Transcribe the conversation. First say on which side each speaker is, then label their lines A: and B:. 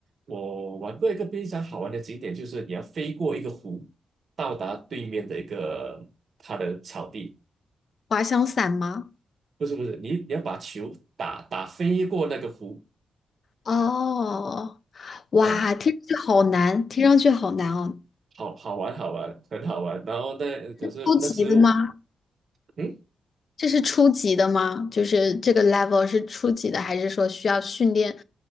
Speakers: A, on the right; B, on the left.
A: 我玩过一个非常好玩的景点，就是你要飞过一个湖，到达对面的一个它的草地，
B: 滑翔伞吗？
A: 不是不是，你你要把球打打飞过那个湖，
B: 哦，哇，
A: 嗯，
B: 听上去好难，听上去好难哦。
A: 好好玩好玩，很好玩。然后那可是那时我
B: 初级的吗？
A: 嗯
B: 这是初级的吗？就是这个 level 是初级的，还是说需要训练